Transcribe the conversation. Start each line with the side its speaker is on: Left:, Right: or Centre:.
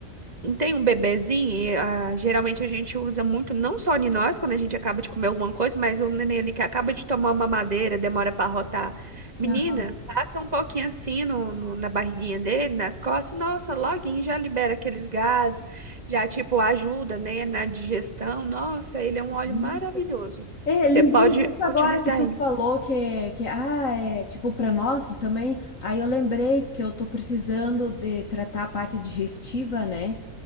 Right: Não tem um bebezinho, e, ah, geralmente a gente usa muito, não só em nós, quando a gente acaba de comer alguma coisa, mas o neném ali que acaba de tomar uma mamadeira, demora para rotar. Menina,
Left: aham.
Right: passa um pouquinho assim no, no- na barriguinha dele, nas costas, nossa, loguinho já libera aqueles gases, já tipo ajuda, né, na digestão. Nossa, ele é um óleo
Left: Gente,
Right: maravilhoso.
Left: É, lembrei
Right: Você pode
Left: disso agora
Right: utilizar
Left: que tu
Right: ele.
Left: falou que, que ah, é tipo para nós também. Aí eu lembrei que eu tô precisando de tratar a parte digestiva, né?